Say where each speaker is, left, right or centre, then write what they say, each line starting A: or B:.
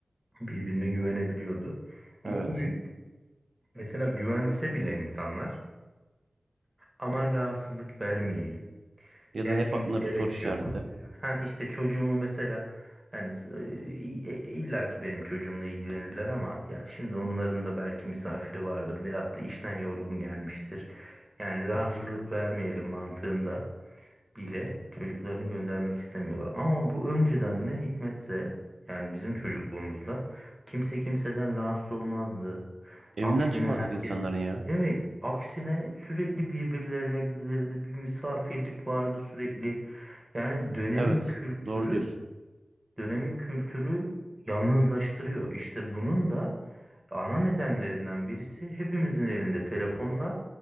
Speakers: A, on the right; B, on the right.
A: Birbirine güvenebiliyordu. Ama
B: Evet.
A: bugün mesela güvense bile insanlar aman rahatsızlık vermeyeyim.
B: Ya
A: Ya
B: da hep
A: şimdi
B: aklında
A: gerek
B: bir soru işareti.
A: yok. Ha işte çocuğumu mesela yani s- e, e, illa ki benim çocuğumla ilgilenirler ama ya şimdi onların da belki misafiri vardır veyahut da işten yorgun gelmiştir. Yani rahatsızlık vermeyelim mantığında. bile çocuklarını göndermek istemiyorlar. Ama bu önceden ne hikmetse yani bizim çocukluğumuzda kimse kimseden rahatsız olmazdı.
B: Evinden
A: Aksine
B: çıkmazlık
A: herkes
B: insanların ya.
A: değil mi mi? ya? Aksine sürekli birbirlerine gidilirdi. Bir misafirlik vardı sürekli. Yani dönemin
B: Evet.
A: kültürü
B: Doğru diyorsun.
A: dönemin kültürü yalnızlaştırıyor. İşte bunun da ana nedenlerinden birisi hepimizin elinde telefonla